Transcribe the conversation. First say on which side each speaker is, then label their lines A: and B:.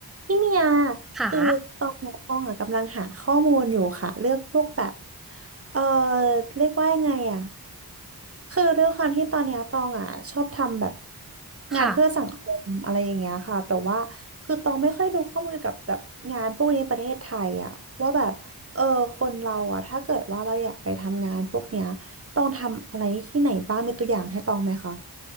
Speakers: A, on the right; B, in the centre.
A: พี่เมีย
B: ค่ะ
A: คือตองตองอะกำลังหาข้อมูลอยู่ค่ะเรื่องพวกแบบเออเรียกว่ายังไงอ่ะคือด้วยความที่ตอนเนี้ยตองอ่ะชอบทำแบบ
B: ค่ะ
A: งานเพื่อสังคมอะไรอย่างเงี้ยค่ะแต่ว่าคือตองไม่ค่อยรู้ข้อมูลเกี่ยวกับแบบงานพวกนี้ในประเทศไทยอ่ะว่าแบบเออคนเราอ่ะถ้าเกิดว่าเราอยากไปทำงานพวกเนี้ยต้องทำอะไรที่ไหนบ้างมีตัวอย่างให้ตองไหมคะ